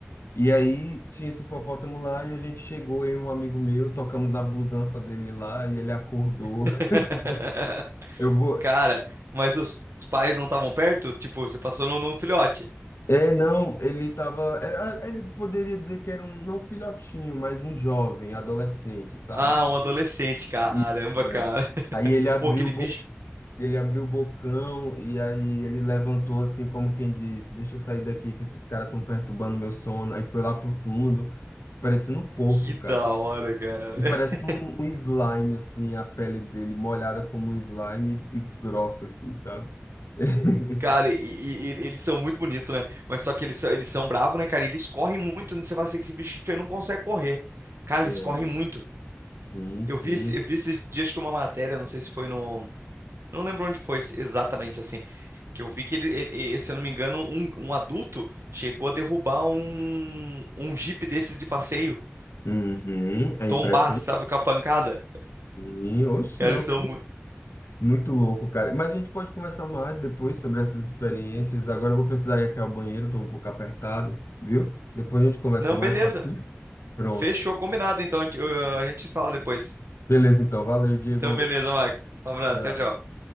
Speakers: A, on the left; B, on the right.
A: E aí tinha esse hipopótamo lá e a gente chegou, eu e um amigo meu, tocamos na busanfa dele lá e ele acordou.
B: <laughs>
A: <laughs> Eu vou.
B: Cara, mas os pais não estavam perto? Tipo, você passou num, num filhote.
A: É, não, ele tava. era- ele poderia dizer que era um, não filhotinho, mas um jovem, adolescente, sabe?
B: Ah, um adolescente. Caramba,
A: Isso,
B: cara.
A: é.
B: <laughs>
A: Aí ele abriu,
B: Ô, aquele
A: o bo-
B: bicho.
A: ele abriu o bocão e aí ele levantou assim, como quem diz: Deixa eu sair daqui que esses caras estão perturbando meu sono. Aí foi lá pro fundo, parecendo um porco,
B: Que da
A: cara.
B: hora, cara.
A: E
B: <laughs>
A: parece um, um slime, assim, a pele dele molhada como um slime e grossa, assim, sabe? <laughs>
B: Cara, e, e- e- eles são muito bonitos, né? Mas só que eles são, eles são bravos, né, cara? E eles correm muito. né? Você vai ser que esse bicho aí não consegue correr. Cara,
A: É,
B: eles correm muito.
A: sim, sim.
B: Eu vi, esse- eu vi esses dias que uma matéria, não sei se foi no, Não lembro onde foi exatamente assim. Que eu vi que ele, ele- ele- se eu não me engano, um, um adulto chegou a derrubar um, um Jeep desses de passeio.
A: Uhum, é
B: Tombar,
A: impressionante.
B: sabe, com a pancada.
A: Sim, oxe,
B: Cara,
A: não.
B: eles são muito.
A: Muito louco, cara. Mas a gente pode conversar mais depois sobre essas experiências. Agora eu vou precisar ir aqui ao banheiro, tô um pouco apertado, viu? Depois a gente conversa
B: Não,
A: mais,
B: beleza.
A: pode ser? Pronto.
B: Fechou, combinado. Então a gente eu- a gente fala depois.
A: Beleza, então. Valeu, Diego.
B: Então, beleza, Marco. Um abraço,
A: Tchau.
B: tchau, tchau.